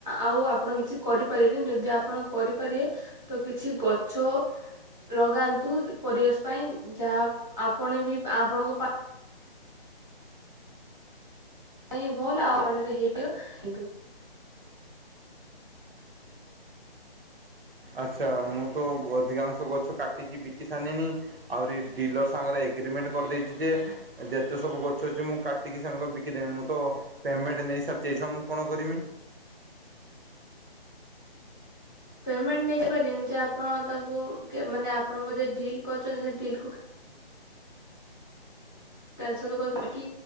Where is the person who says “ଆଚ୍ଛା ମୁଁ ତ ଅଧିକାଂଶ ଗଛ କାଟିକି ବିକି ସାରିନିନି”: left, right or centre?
Right